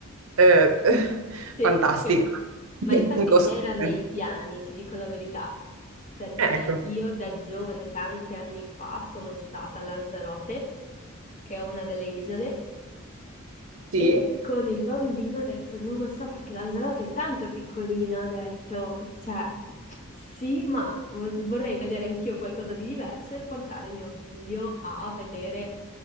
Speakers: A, on the right (about 75°); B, on the left (about 35°).
A: eh, <laughs>
B: Sì,
A: fantastica,
B: che vu-
A: <laughs>
B: Ma
A: in
B: infatti
A: costume.
B: era nei piani, ti dico la verità, perché
A: Ecco,
B: io da giovane, tanti anni fa, sono stata a Lanzarote, che è una delle isole,
A: sì.
B: e con il bambino ho detto, non lo so, perché Lanzarote è tanto piccolina, ho detto, cioè, sì, ma vo- vorrei vedere anch'io qualcosa di diverso e portare mio figlio a vedere